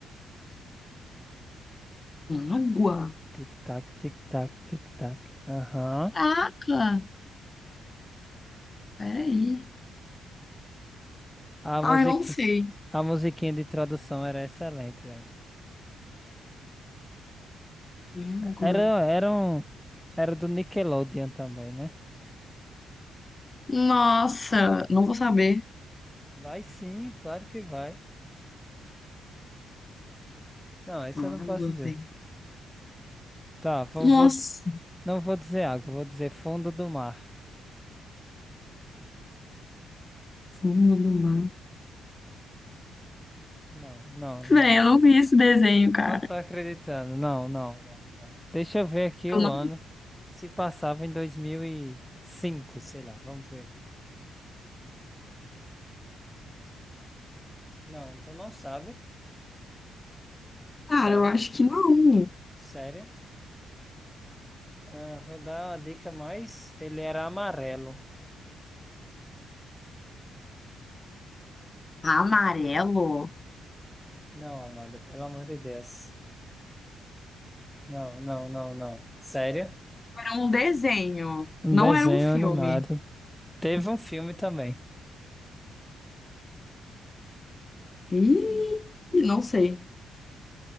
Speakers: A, on the left; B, in the centre.
A: Água.
B: Tic-tac, tic-tac, tic-tac. Aham.
A: Caraca. Peraí.
B: A musiqui...
A: Ai, não sei.
B: A musiquinha de tradução era excelente, velho.
A: Água.
B: Era, era um... Era do Nickelodeon também, né?
A: Nossa, não vou saber.
B: Vai sim, claro que vai. Não, isso
A: Água,
B: eu não posso dizer.
A: velho.
B: Tá, vou,
A: Nossa,
B: vou- não vou dizer água, vou dizer fundo do mar.
A: fundo do mar.
B: Não, não, não.
A: Véi, eu não vi esse desenho, cara.
B: Não tô acreditando. Não, não, não, não. Deixa eu ver aqui o
A: Eu não...
B: ano. Se passava em 2005, sei lá. Vamos ver aqui. Não, tu não sabe.
A: Cara,
B: Sério,
A: eu acho que não.
B: sério. Ah, vou dar uma dica mais. Ele era amarelo.
A: Amarelo?
B: Não, Amanda, pelo amor de Deus. Não, não, não, não. Sério?
A: Era um desenho,
B: Um
A: não
B: desenho
A: era um filme.
B: animado. Teve um filme também.
A: Ih, não sei.